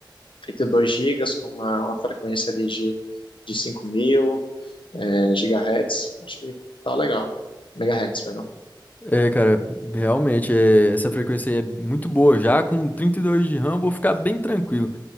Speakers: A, on the left; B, on the left.
A: trinta e dois gigas com uma, uma frequência ali de, de 5.000 é, gigahertz. Acho que tá legal. Megahertz, perdão.
B: É, cara, realmente, é, essa frequência aí é muito boa já. Com 32 de RAM, vou ficar bem tranquilo.